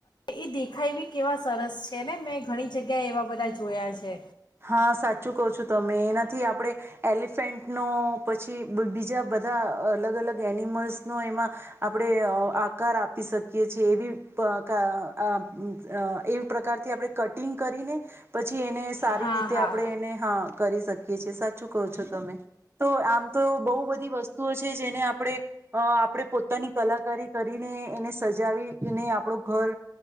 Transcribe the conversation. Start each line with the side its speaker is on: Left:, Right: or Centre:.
Left: એ દેખાય બી કેવા સરસ છે ને મેં ઘણી જગ્યાએ એવા બધા જોયા છે.
Right: હા સાચું કહો છો તમે એનાથી આપણે એલિફન્ટનું પછી બીજા બધા અલગ અલગ એનિમલસનો એમાં આપણેે આકાર આપી શકીએ છીએ. એવી અ એવી પ્રકારથી આપણે કટિંગ કરીને પછી એને સારી
Left: હા
Right: રીતે
Left: હા
Right: આપણે એને હા કરી શકીએ છેએ સાચું કહો છો તમે. તો આમ તો એવુ બહુ બધી વસ્તુઓ છે જેને આપણે અ આપણે પોતાની કલાકારી કરીને એને સજાવીને આપડો ઘર